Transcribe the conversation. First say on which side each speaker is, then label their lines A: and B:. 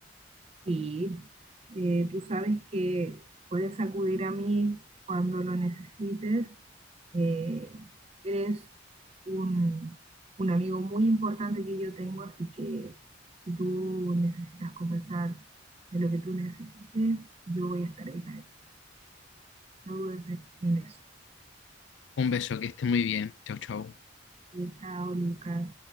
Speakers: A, on the right; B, on the left.
A: sí, eh, tú sabes que puedes acudir a mí cuando lo necesites. Eh, eres un, un amigo muy importante que yo tengo, así que si tú necesitas conversar de lo que tú necesites, yo voy a estar ahí para ti. No dudes de- en eso.
B: Un beso, que esté muy bien, chau, chau.
A: Y chao, Lucas.